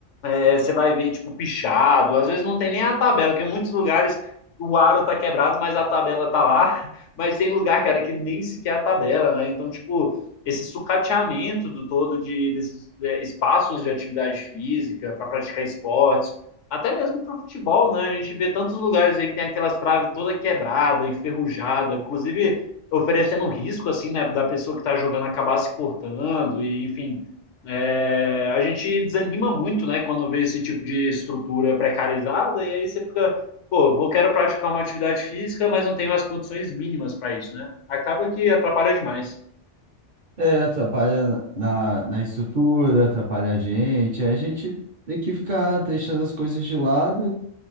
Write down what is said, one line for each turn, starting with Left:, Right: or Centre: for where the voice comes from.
Left: é, você vai ver, tipo, pichado. Às vezes não tem nem a tabela, porque em muitos lugares o aro tá quebrado, mas a tabela tá lá. <laughs> Mas tem lugar, cara, que nem sequer a tabela, né? Então, tipo, esse sucateamento do todo de, desses é, espaços de atividade física para praticar esportes, até mesmo para o futebol, né? A gente vê tantos lugares aí que tem aquelas traves toda quebrada, enferrujada, inclusive oferecendo risco, assim, né, da pessoa que está jogando acabar se cortando, e enfim, é, a gente desanima muito, né, quando vê esse tipo de estrutura precarizada, e aí você fica, pô, vou quero praticar uma atividade física, mas não tenho as condições mínimas para isso, né? Acaba que atrapalha demais.
Right: É, atrapalha na, na na estrutura, atrapalha a gente. Aí A gente tem que ficar deixando as coisas de lado